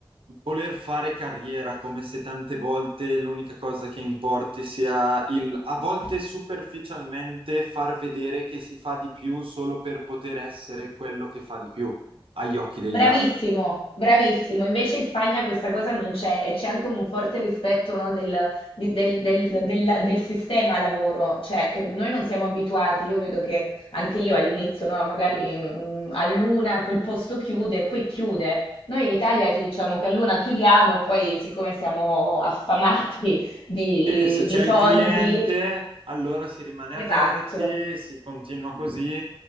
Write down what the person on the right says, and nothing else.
voler fare carriera, come se tante volte l'unica cosa che importi sia il, a volte superficialmente, far vedere che si fa di più solo per poter essere quello che fa di più agli occhi degli
altri.
E se c'è
il cliente, allora si rimane
aperti, si continua così.